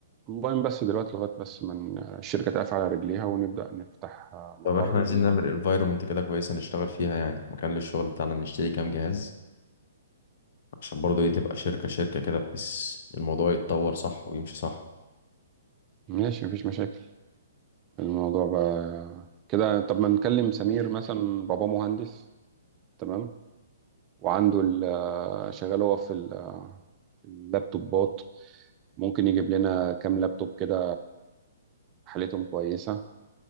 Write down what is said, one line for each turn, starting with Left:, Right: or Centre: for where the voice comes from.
Right: اونلاين بس دلوقتي لغايه بس من الشركه تقف على رجليها ونبدا نفتح مقر
Left: طب احنا عايزين
Right: ليها
Left: نعمل
Right: وكده
Left: انفايرومنت كده كويسه نشتغل فيها يعني مكان للشغل بتاعنا نشتري كام جهاز عشان برضو ايه تبقى شركة شركة كده بحيث الموضوع يتطور صح ويمشي صح
Right: ماشي مفيش مشاكل الموضوع بقى كده طب ما نكلم سمير مثلا بابا مهندس تمام وعنده ال- شغال هو في ال- في اللابتوبات ممكن يجيب لنا كام لابتوب كده حالتهم كويسه